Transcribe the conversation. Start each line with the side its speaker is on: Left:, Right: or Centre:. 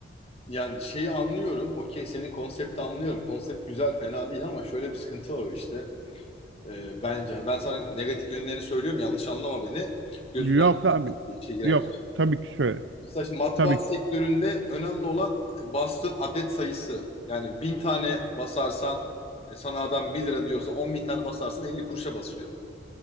Left: Yani şeyi anlıyorum. Okey senin konsepti anlıyorum. Konsept güzel fena değil ama şöyle bir sıkıntı var o işte. Ee, bence. Hani ben sana negatif yönlerini söylüyorum. Yanlış anlama beni. Gözünden
Right: yok abi.
Left: işe girerken.
Right: Yok. Tabii ki şöyle.
Left: Mesela şimdi matbaa
Right: Tabii
Left: sektöründe önemli olan bastığın adet sayısı. Yani bin tane basarsan e, sana adam 1 lira diyorsa on bin tane basarsan 50 kuruşa basıyor.